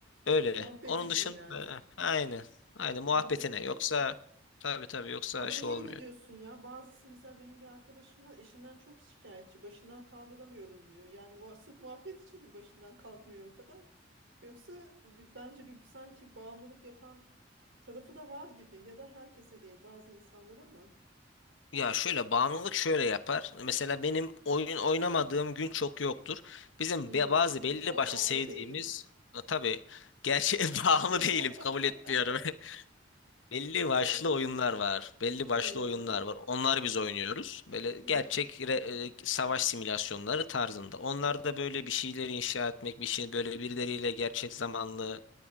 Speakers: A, on the left; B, on the right.
A: öyle.
B: Muhabbet
A: Onun
B: için
A: dışında
B: yani.
A: aynı. Aynı muhabbetine.
B: Muhabbet için.
A: Yoksa tabii tabii yoksa
B: Ama
A: şey
B: niye
A: olmuyor.
B: öyle diyorsun ya? Bazısı mesela benim bir arkadaşım var eşinden çok şikayetçi. Başından kaldıramıyorum diyor. Yani muha- sırf muhabbet için mi başından kalkmıyor o kadar? Yoksa bir- bence bir sanki bağımlılık yapan tarafı da var gibi. Ya da herkese değil bazı insanlara mı?
A: Ya şöyle bağımlılık şöyle yapar. Mesela benim oyun oynamadığım gün çok yoktur. Bizim
B: Hmm.
A: be- bazı belli
B: Ama
A: başlı
B: bağımlı
A: sevdiğimiz
B: değilim.
A: Ha, tabii gerçeğe <laughs> bağımlı
B: <laughs>
A: değilim kabul etmiyorum. <laughs> Belli başlı
B: Evet.
A: oyunlar var. Belli başlı
B: Ee,
A: oyunlar var. Onlar biz oynuyoruz. Böyle gerçek
B: hı hı,
A: re- e, savaş simülasyonları tarzında. Onlar da böyle bir şeyleri inşa etmek, bir şey böyle birileriyle gerçek zamanlı